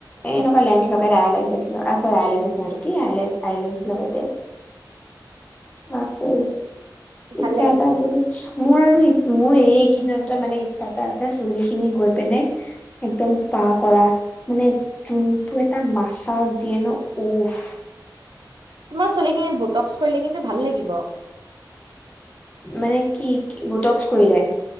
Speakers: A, on the left (about 20°); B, on the right (about 75°).
A: এ
B: দেখিছো
A: এনেকুৱা লেন্স
B: দে
A: আইলেনচ চৰি আইলাইচিছ নহয় এইটো কি আইলাইচিছ লগাই যে তাকে।
B: ভাল
A: ইচ্ছা
B: লাগে
A: এটা
B: কিন্তু।
A: আছে দেই। মোৰ আৰু মোৰ এইকেইদিনতে মানে ইচ্ছা এটা আছে চুলি খিনি গৈ পিনে একদম স্পাহ কৰা। মানে যোনটো এটা মাছাজ দিয়ে ন উফ।
B: তোমাৰ চুলি খিনিত বুটক্স কৰিলে কিন্তু ভাল লাগিব।
A: মানে কি বুটক্স কৰিলে।